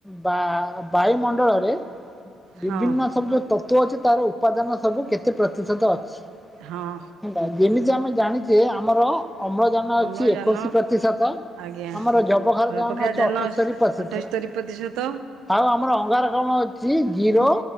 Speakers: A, in the centre; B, on the right (about 80°).
A: ବା ବାୟୁମଣ୍ଡଳରେ ବିଭିନ୍ନ
B: ହଁ
A: ଶବ୍ଦ ତତ୍ଵ ଅଛି ତାର ଉପାଦାନ ସବୁ କେତେ ପ୍ରତିଶତ ଅଛି?
B: ହଁ
A: ହେଲା ଯେମିତି ଆମେ ଜାଣିଛେ ଆମର ଅମ୍ଳଜାନ
B: ଅମ୍ଳଜାନ
A: ଅଛି ଏକୋଇଶି ପ୍ରତିଶତ
B: ଆଜ୍ଞା
A: ଆମର ଜବହାର ଯାନ
B: ଅବକ୍ଷାଜାନ
A: ଅଛି ଅଠସ୍ତରି ପ୍ରତିଶତ
B: ଅଠସ୍ତରୀ ପ୍ରତିଶତ
A: ଆଉ ଆମର ଅଙ୍ଗାରକ୍ଲାମ ଅଛି ଜିରୋ